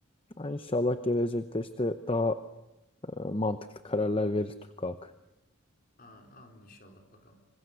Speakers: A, on the left; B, on the left.
A: Ha, İnşallah gelecekte işte daha e, mantıklı kararlar verir Türk halkı.
B: A- Amin inşallah bakalım.